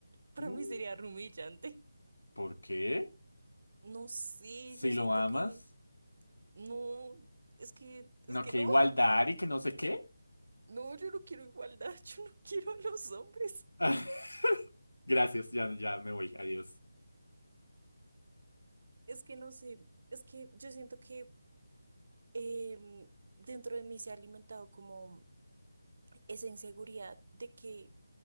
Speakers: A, on the right; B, on the left.
A: Para
B: Mm,
A: mí sería humillante.
B: ¿Por qué?
A: No sé,
B: Si
A: yo siento
B: lo amas.
A: que no. Es que,
B: No,
A: es que
B: que
A: no.
B: igualdad y que no sé qué.
A: No, yo no quiero igualdad. <laughs> Yo no quiero a los hombres.
B: <laughs> Gracias, ya, ya me voy, adiós.
A: Es que no sé. Es que yo siento que em, dentro de mí se ha alimentado como esa inseguridad de que